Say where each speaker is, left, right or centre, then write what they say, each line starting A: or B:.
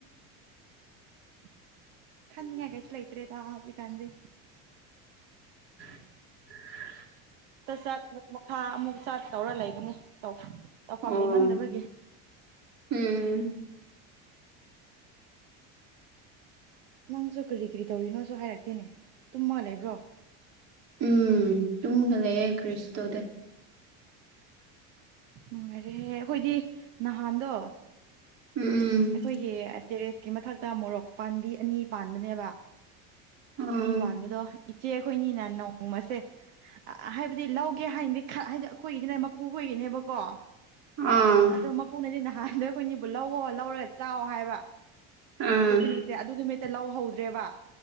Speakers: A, on the right; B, on the right.
A: <inaudible> ꯈꯪꯅ ꯍꯥꯏ ꯀꯩꯁꯨ ꯂꯩ ꯏꯇꯔꯦ ꯇꯕꯤ ꯀꯥꯟꯗ
B: <inaudible>
A: ꯆ ꯃꯈꯥ ꯑꯃꯨꯛ ꯆꯠ ꯇꯧꯔ ꯂꯩꯕꯅꯤ ꯇꯧ ꯇꯐꯝ
B: ꯑꯣ
A: ꯂꯩꯃꯟꯗꯕꯒꯤ
B: ꯎꯝ <inaudible>
A: ꯅꯪꯁꯨ ꯀꯔꯤ ꯀꯔꯤ ꯇꯧꯔꯤꯅꯣꯁꯨ ꯍꯥꯏꯔꯛꯇꯦꯅꯦ ꯇꯨꯝꯃ ꯂꯩꯕ꯭ꯔꯣ
B: ꯎꯝ ꯇꯨꯝꯒ ꯂꯩꯦ ꯈ꯭ꯔꯤꯁꯇꯗ
A: ꯅꯨꯡꯉꯥꯏꯔꯦꯍꯦ ꯑꯩꯈꯣꯏꯗꯤ ꯅꯍꯥꯟꯗꯣ
B: ꯎꯝ
A: ꯑꯩꯈꯣꯏꯒꯤ ꯇꯦꯔꯦꯁꯀꯤ ꯃꯊꯛꯇ ꯃꯣꯔꯣꯛ ꯄꯥꯕꯤ ꯑꯅꯤ ꯄꯥꯟꯕꯅꯦꯕ
B: ꯎꯝ
A: ꯑꯅꯤ ꯄꯥꯟꯕꯗꯣ ꯏꯆꯦꯈꯣꯏꯅꯤꯅ ꯅꯣꯡꯃꯁꯦ ꯍꯥꯏꯕꯗꯤ ꯂꯧꯒꯦ ꯍꯥꯏꯅꯗꯤ ꯍꯥꯏꯗꯤ ꯑꯩꯈꯣꯏꯒꯤꯗꯤꯅ ꯃꯄꯨ ꯑꯣꯏꯒꯤꯅꯦꯕꯀꯣ
B: ꯑꯥ
A: ꯑꯗꯣ ꯃꯄꯨꯅꯗꯤ ꯅꯍꯥꯟꯗ ꯑꯩꯈꯣꯏꯅꯤꯕꯨ ꯂꯧꯋꯣ ꯂꯧꯔꯒ ꯆꯥꯛꯑꯣ ꯍꯥꯏꯕ
B: ꯑꯥ
A: ꯑꯣ ꯈꯨꯅꯤꯁꯦ ꯑꯗꯨ ꯅꯨꯃꯤꯠꯇ ꯂꯧꯍꯧꯗ꯭ꯔꯦꯕ